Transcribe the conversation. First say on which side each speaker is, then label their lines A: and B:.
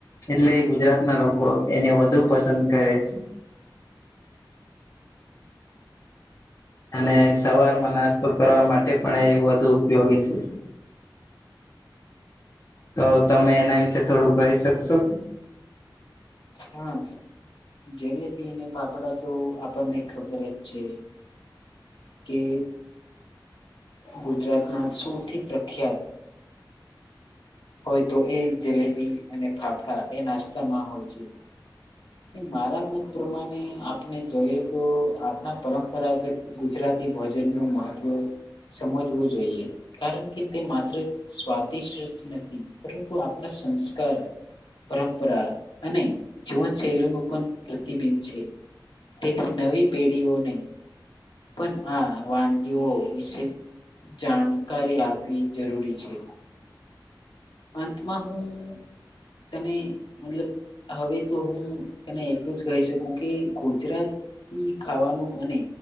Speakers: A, on the left; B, on the left.
A: એટલે ગુજરાતના લોકો એને વધુ પસંદ કરે છે. અને સવારમાં નાસ્તો કરવા માટે પણ એ વધુ ઉપયોગી છે. તો તમે એના વિશે થોડું કરી શકશો?
B: હા. જલેબી અને ફાફડાતો આપણને ખબર જ છે. કે ગુજરાતના સૌથી પ્રખ્યાત
A: <inaudible>
B: હોય તો એ જલેબી અને ફાફડા એ નાસ્તામાં હોય છે. મારા મત પ્રમાણે આપને જોઈએ તો આપણા પરંપરાગત ગુજરાત તી ભોજન નું મહત્વ સમજવું જોઈએ કારણ કે, તે માત્ર સ્વાદિષ્ટ જ નથી પરંતુ આપણા સંસ્કાર પરંપરા અને જીવન સેલુનું પણ પ્રતિબિંબ છે, તેથી નવી પેઢીઓને પણ આ વાનગીઓ વિશે જાણકારી આપવી જરૂરી છે. અંતમાં હું તને મતલબ હવે તો હું તને એટલું જ કહી શકું કે ગુજરાત તી ખાવાનું અને